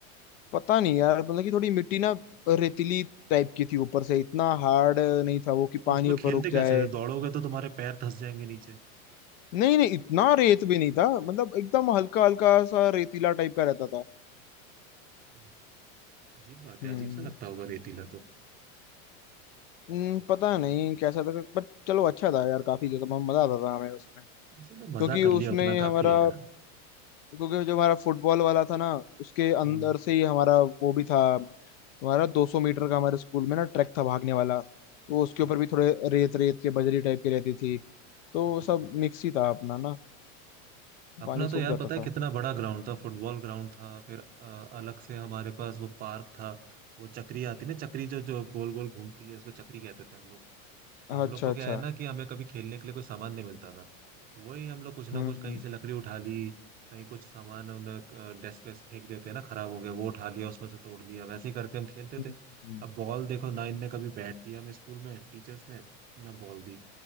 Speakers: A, on the left (about 65°); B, on the right (about 20°).
A: पता नहीं यार मतलब कि थोड़ी मिट्टी ना रेतीली टाइप की थी ऊपर से इतना हार्ड नहीं था वो कि
B: तो
A: पानी
B: उसमें
A: ऊपर
B: खेलते
A: रुक जाए
B: कैसे थे दौड़ोगे तो तुम्हारे पैर धंस जाएंगे नीचे
A: नहीं नहीं इतना रेत भी नहीं था मतलब एकदम हल्का हल्का सा रेतीला टाइप का रहता था
B: अच्छा अजीब बात
A: हम्म
B: है अजीब सा लगता होगा रेतीला तो
A: हम्म, पता नहीं कैसा था बट चलो अच्छा था यार काफी जैसा बहुत मजा आता था हमें उसमें
B: चलो
A: क्योंकि
B: मजा
A: उसमें
B: कर लिया उतना
A: हमारा
B: काफी है यार
A: क्योंकि जो हमारा फुटबॉल वाला था ना उसके अंदर
B: हम्म
A: से ही हमारा वो भी था हमारा 200 मीटर का हमारे स्कूल में ना ट्रैक था भागने वाला तो उसके
B: अच्छा,
A: ऊपर भी थोड़े रेत रेत के बजरी टाइप की रहती थी तो
B: हाँ
A: वो सब
B: हाँ
A: मिक्स ही था अपना ना
B: अपना
A: पानी
B: तो
A: सूख
B: यार
A: जाता
B: पता है
A: था
B: कितना बड़ा ग्राउंड था फुटबॉल ग्राउंड था फिर अ, अलग से हमारे पास वो पार्क था वो चक्री आती ना चक्री जो जो गोल गोल घूमती है उसको चक्री कहते थे हम लोग तो
A: अच्छा
B: हम लोग को
A: अच्छा
B: क्या है ना कि हमें कभी खेलने के लिए कोई सामान नहीं मिलता था तो वही हम लोग कुछ ना
A: हम्म
B: कुछ कहीं से लकड़ी उठा ली कहीं कुछ सामान उन्हें डेस्क पे फेंक देते हैं ना खराब हो गया वो उठा लिया उसमें से तोड़ लिया वैसे ही करके हम खेलते
A: हम्म
B: थे
A: हम्म
B: अब बॉल देखो ना इनने कभी बैट दिया हमें स्कूल में टीचर्स ने ना बॉल दी